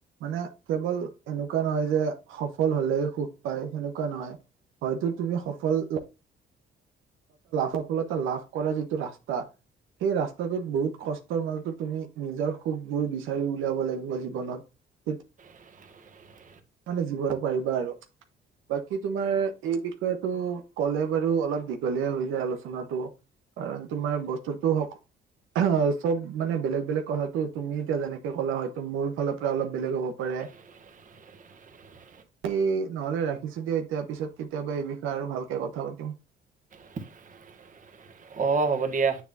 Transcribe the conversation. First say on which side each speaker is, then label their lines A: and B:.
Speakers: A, on the right; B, on the right.
A: মানে কেৱল এনেকুৱা নহয় যে সফল হলে সুখ পাই সেনেকুৱা নহয় হয়তো তুমি সফল সফলতা লাভ কৰা যিটো ৰাস্তা <unintelligible> সেই ৰাস্তাটোত বহুত কষ্টৰ মাজতো তুমি নিজৰ সুখবোৰ বিচাৰি উলিয়াব লাগিব জীৱনত ত <unintelligible>
B: <inaudible>
A: মানে জিব পাৰিবা আৰু <unintelligible> বাকী তোমাৰ এই বিষয়টো কলে বাৰু অলপ দীঘলীয়া হৈ যায় আলোচনাটো কাৰণ তোমাৰ বস্তুটো অ চব মানে বেলেগ বেলেগ কথাটো তুমি এতিয়া যেনেকে ক'লা হয়তো মোৰ ফালৰ পৰা অলপ বেলেগ হ'ব পাৰে
B: <inaudible>
A: স নহলে ৰাখিছো দিয়া এতিয়া পিছত কেতিয়াবা এই বিষয়ে আৰু ভালকে কথা পাতিম
B: <inaudible> অঁ হ'ব দিয়া